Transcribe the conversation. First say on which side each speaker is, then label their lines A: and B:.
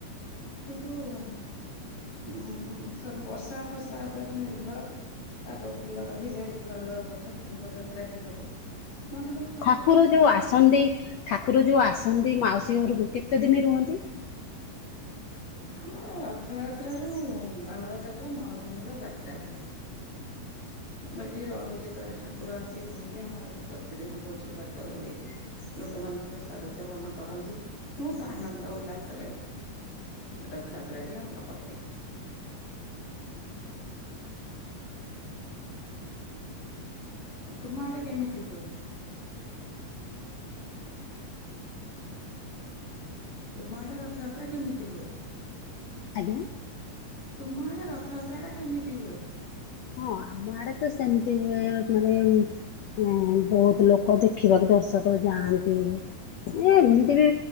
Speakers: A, on the left; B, on the left.
A: କିନ୍ତୁ ଉ ବର୍ଷା ଫର୍ଷା ଉପରେ ନିର୍ଭର ପାଗ ଭଲ ରହିଲେ ଭଲ ଠାକୁରଙ୍କ ଯାତ୍ରାଟି ହବ ନହେଲେ ଖରାପ
B: ଠାକୁର
A: ହେଇଯିବ।
B: ଯୋଉ ଆସନ୍ତି ଠାକୁର ଯୋଉ ଆସନ୍ତି ମାଉସୀ ଘରକୁ କେତେ ଦିନେ ରୁହନ୍ତି
A: ଆମର ରଥ ଯାତ୍ର ରୁ ବାହୁଡା ଯାତ୍ରା ନଅ ଦିନ ର ଯାତ୍ରା ହୁଏ। ଏଠି ରହି ଯେତେବେଳେ ଠାକୁର ଆସି ରୁହନ୍ତି। ଆମର ଏଠି ପ୍ରତିଦିନ ଭୋଜି ଭାତ ହୁଏ। ଲୋକମାନେ ପ୍ରସାଦ ସେବନ କରନ୍ତି ବହୁତ ଆନନ୍ଦ ଉଲ୍ଲାସ ରେ ରଥଯାତ୍ରା ଟି ଆମର କଟେ। ତୁମ ଆଡେ କେମିତି ହୁଏ? ତୁମ ଆଡେ ରଥଯାତ୍ରା କେମିତି ହୁଏ?
B: ଆଜ୍ଞା।
A: ତୁମ ଆଡ଼େ ରଥଯାତ୍ରା ଟା କେମିତି ହୁଏ
B: ହଁ ଆମ ଆଡେ ତ ସେମତି ହୁଏ ମାନେ ହଁ ବହୁତ ଲୋକ ଦେଖିବାକୁ ଦର୍ଶକ ଯାଆନ୍ତି। ଏ ଏମିତି ବି